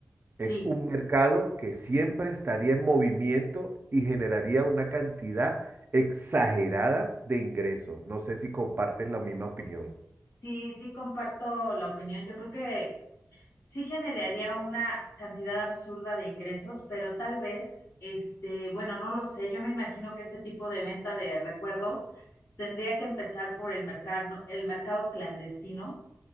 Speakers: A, on the right; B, on the left.
A: es
B: sí,
A: un mercado que siempre estaría en movimiento y generaría una cantidad exagerada de ingresos. No sé si compartes la misma opinión.
B: sí, sí comparto la opinión. Yo creo que sí generaría una cantidad absurda de ingresos, pero tal vez, este, bueno, no lo sé, yo me imagino que este tipo de venta de recuerdos tendría que empezar por el mercado, el mercado clandestino.